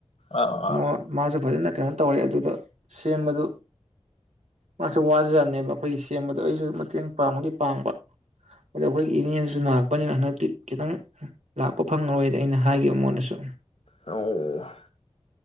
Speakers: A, on the left; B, on the right.
A: ꯑꯥ ꯑꯥ
B: ꯃ ꯃꯥꯁꯨ ꯐꯖꯅ ꯀꯩꯅꯣ ꯇꯧꯔꯦ ꯑꯗꯨꯗ ꯁꯦꯝꯕꯗꯨ ꯃꯥꯁꯨ ꯋꯥꯖꯔꯝꯅꯦꯕ ꯑꯩꯈꯣꯏꯒꯤ ꯁꯦꯝꯕꯗꯣ ꯑꯩꯁꯨ ꯃꯇꯦꯡ ꯄꯥꯡꯕꯒꯤ ꯄꯥꯡꯕ ꯑꯗꯣ ꯑꯩꯈꯣꯏꯒꯤ ꯏꯅꯦꯅꯁꯨ ꯂꯥꯛꯄꯅꯤꯅ ꯍ ꯃꯇꯛ ꯈꯤꯇꯪ ꯂꯥꯛꯄ ꯐꯪꯉꯔꯣꯏꯗꯤ ꯑꯩꯅ ꯍꯥꯏꯈꯤꯕ ꯃꯉꯣꯟꯗꯁꯨ
A: ꯑ <unintelligible>